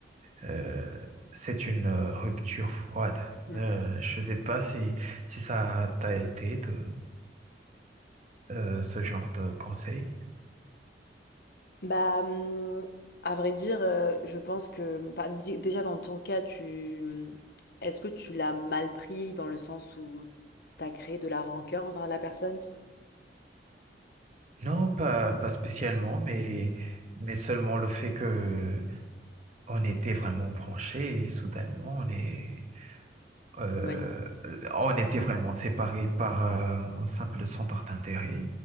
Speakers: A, on the right (about 40°); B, on the left (about 60°).
A: euh, c'est une euh, rupture froide.
B: mm,
A: Euh,
B: mm.
A: je ne sais pas si, si ça t'a été de- euh, ce genre de conseil.
B: Bah, hum, à vrai dire, euh, je pense que bah, dé- déjà dans ton cas, tu hum, est-ce que tu l'as mal pris dans le sens où t'as créé de la rancœur envers la personne?
A: Non, pas, pas spécialement, mais, mais seulement le fait que on était vraiment branchés et soudainement on est, euh,
B: Éloigné.
A: on était vraiment séparés par euh, un simple centre d'intérêt.